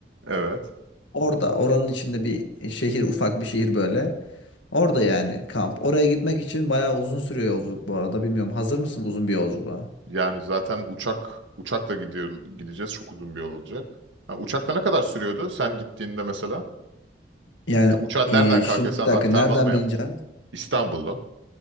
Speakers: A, on the right (about 80°); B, on the left (about 85°).
A: evet.
B: Orada oranın içinde bir şehir ufak bir şehir böyle. Orada yani kamp. Oraya gitmek için bayağı uzun sürüyor yolculuk bu arada. Bilmiyorum hazır mısın uzun bir yolculuğa?
A: Yani zaten uçak uçakla gidiyor gideceğiz. Çok uzun bir yol olacak. Ha, uçakla ne kadar sürüyordu sen gittiğinde mesela?
B: Yani
A: Ya, uçağın
B: e,
A: nereden kalkıyor?
B: şimdi
A: Sen
B: bir dakika
A: aktarmalı
B: nereden
A: mı yaptın?
B: bineceksin?
A: İstanbul'da.